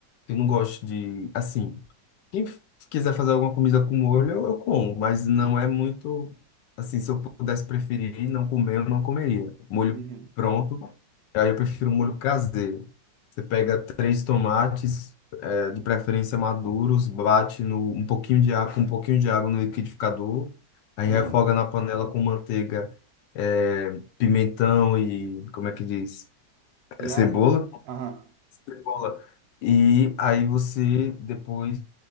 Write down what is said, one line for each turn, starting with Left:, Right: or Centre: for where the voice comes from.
Left: Eu não gosto de, assim. Quem f- quiser fazer alguma comida com molho, eu, eu como, mas não é muito assim, se eu pudesse preferir não comer, eu não comeria. Molho
Right: Uhum,
Left: pronto, aí eu prefiro molho caseiro. Você pega três tomates, eh, de preferência maduros, bate no, um pouquinho de água, com um pouquinho de água no liquidificador, aí
Right: uhum.
Left: refoga na panela com manteiga, eh, pimentão e, como é que diz?
Right: E
Left: Eh, Cebola.
Right: alho? Aham.
Left: Cebola. E aí você depois